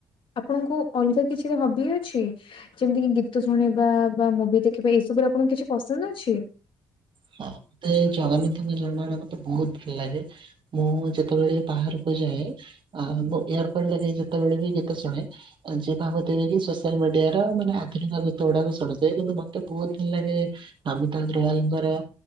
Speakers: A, on the left; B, on the right.
A: ଆପଣଙ୍କୁ ଅଲଗା କିଛି ହବି ଅଛି, ଯେମିତି କି ଗି ଗୀତ ଶୁଣିବା ବା ମୁଭି ଦେଖିବା ଏଇ ସବୁରେ ଆପଣଙ୍କୁ କିଛି ପସନ୍ଦ ଅଛି?
B: ହଁ, ମତେ ଜଗନ୍ନାଥଙ୍କ ଜନମାନ ମତେ ବହୁତ ଭଲ ଲାଗେ। ମୁଁ ଯେତେବେଳେ ବାହାରକୁ ଯାଏ ଆଉ ମୁଁ ଇୟରକର୍ଡ ଲାଗେଇ ଯେତେବେଳେ ବି ଗୀତ ଶୁଣେ ଆଉ ଯିଏ ତ ଭାବୁଥିବେ କି ସୋସିଆଲ ମିଡିଆର ମାନେ ଆଧୁନିକ ଗୀତ ଗୁଡ଼ାକ ଶୁଣୁଥିବେ କିନ୍ତୁ ମତେ ବୋହୁତ୍ ଭଲ ଲାଗେ ନମିତା ଅଗ୍ରୱାଲଙ୍କର